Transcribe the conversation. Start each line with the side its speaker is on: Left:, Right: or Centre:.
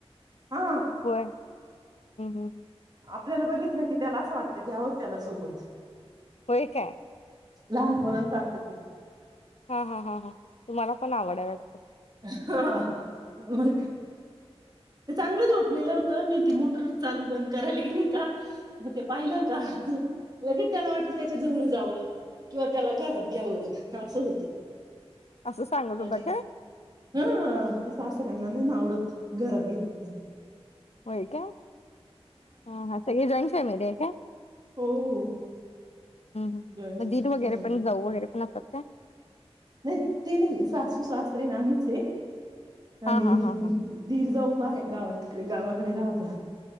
Right: हा
Left: होय <inaudible>
Right: आपल्याला बघितलं की त्याला असं वाटतं घ्यावं त्याला सोबत
Left: होय काय
Right: लहान पोरां सारख
Left: हा हा हा हा तुम्हाला पण आवडय वाटतं?
Right: हा मग ते चांगलं झोपलेलं होतं मी ते मोटर चालू बंद करायला गेले का मग ते पाहिलं का लगेच त्याला वाटत त्याच्या जवळ जावं किंवा त्याला घरात घ्यावं असं होत
Left: असं सांगत होता
Right: अज
Left: काय
Right: हा ते सासऱ्यांना नाही ना आवडत घरात घेतलं
Left: होय काय? ह हा सगळी जॉईन फॅमिली आहे काय? हम्म
Right: हो हो
Left: हम
Right: जॉईंट
Left: म दीर वगैरे
Right: ह
Left: पण जाऊ वगैरे पण असतात का?
Right: नाही ते नाही सासू, सासरे, नी आम्हीच आहे
Left: हा
Right: आणि
Left: हा हा हा
Right: दीर जाऊ खूप आहे गावा तिकडे गावाकडे राहत